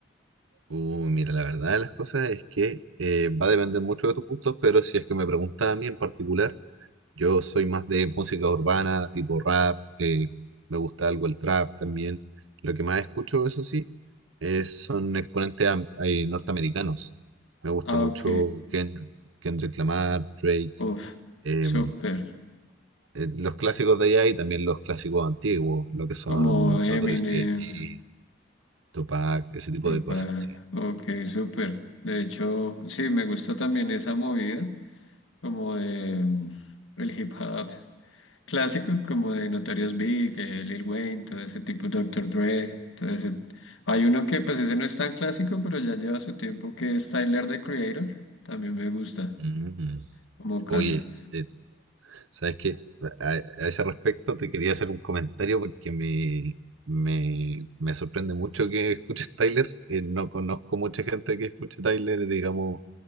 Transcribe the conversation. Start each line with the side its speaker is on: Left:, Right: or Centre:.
Right: Uy, mira, la verdad de las cosas es que eh, va a depender mucho de tus gustos, pero si es que me preguntas a mí en particular, yo soy más de música urbana, tipo rap, eh, me gusta algo el trap también. Lo que más escucho, eso sí, es- son exponentes am- eh, norteamericanos. Me gusta
Left: Ah,
Right: mucho
Left: ok.
Right: Kendrick, Kendrick Lamar, Drake,
Left: Uf,
Right: em,
Left: súper.
Right: eh, los clásicos de allá y también los clásicos antiguos, lo que son
Left: Como Eminem,
Right: Notorious B.I.G., Tupac, ese tipo
Left: Tupac.
Right: de cosas, sí.
Left: Ok, súper. De hecho, sí, me gusta también esa movida, como de mm, el hip hop. Clásico, como de Notorious Big, eh, Lil Wayne, todo ese tipo, Doctor Dre, todo ese- Hay uno que pues ese no es tan clásico, pero ya lleva su tiempo, que es Tyler, The Creator, también me gusta
Right: Mm.
Left: como canta.
Right: Oye, eh, ¿sabes qué? A, a ese respecto te quería hacer un comentario porque me, me, me sorprende mucho que escuches Tyler. Eh, no conozco mucha gente que escuche Tyler, digamos,